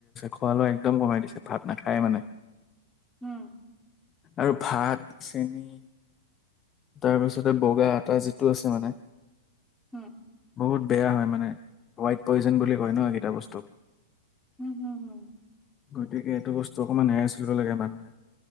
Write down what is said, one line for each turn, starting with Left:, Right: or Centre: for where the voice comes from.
Left: খোৱা লৈ একদম কমাই দিছে ভাত নাখায় মানে
Centre: উম।
Left: আৰু ভাত চেনি তাৰপিছতে বগা আটা যিটো আছে মানে
Centre: হম।
Left: বহুত বেয়া হয় মানে ৱাইট পয়জন বুলি কয় নহঁ এইকেইটা বস্তুক
Centre: উম হম হম
Left: গতিকে এইটো বস্তু অকণমান এৰেষ্ট লব লাগে মানুহে